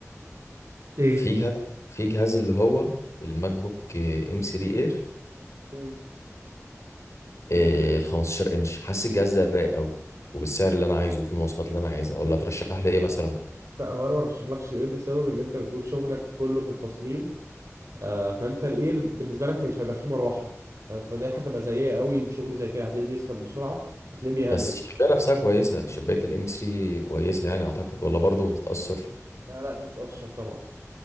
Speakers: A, on the right; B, on the left.
A: ايه
B: في جهاز في جهاز اللي هو الماك بوك ام 3 اير
A: مم.
B: ال 15 انش حاسس الجهاز ده رايق قوي وبالسعر اللي انا عايزه وفي المواصفات اللي انا عايزها ولا ترشح لي ايه مثلا
A: لا هو انا ما رشحلكش ايه لسبب ان انت بتقول شغلك كله في التصميم آه، فانت الايه بالنسبه لك مش هيبقى فيه مروحه ف- فده هتبقى سيئه قوي الشغل زي كده هتلاقيه بيسخن بسرعه هتلاقيه بيهنج
B: بس الشبايه نفسها كويسه شبايه الام 3 كويسه يعني اعتقد ولا برضه بتتاثر
A: لا لا بتتاثر طبعا